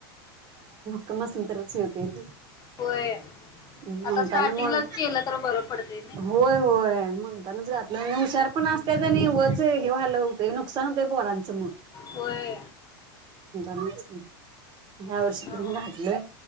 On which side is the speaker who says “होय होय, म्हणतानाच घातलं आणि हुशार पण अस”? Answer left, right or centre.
Right